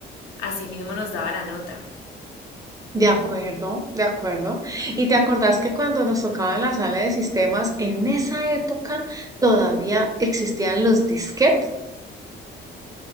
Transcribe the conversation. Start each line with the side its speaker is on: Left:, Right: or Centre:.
Left: así mismo nos daba la nota.
Right: De acuerdo, de acuerdo. ¿Y te acordás que cuando nos tocaba en la sala de sistemas, en esa época todavía existían los disquetes?